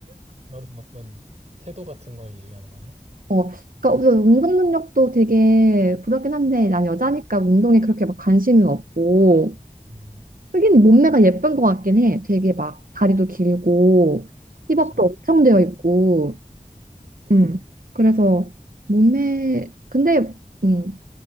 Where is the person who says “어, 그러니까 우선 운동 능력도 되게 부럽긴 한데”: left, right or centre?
Right